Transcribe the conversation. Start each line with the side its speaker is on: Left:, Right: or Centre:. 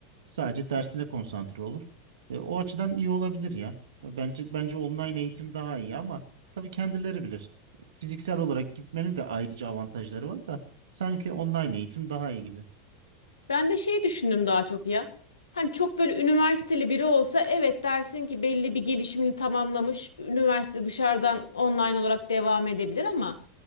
Right: Sadece dersine konsantre olur. E, o açıdan iyi olabilir ya. Ya Bence bence online eğitim daha iyi ama tabii kendileri bilir. Fiziksel olarak gitmenin de ayrıca avantajları var da sanki online eğitim daha iyi gibi.
Left: Ben de şey düşündüm daha çok ya. Hani çok böyle üniversiteli biri olsa evet dersin ki belli bir gelişimini tamamlamış. Üniversite dışarıdan online olarak devam edebilir ama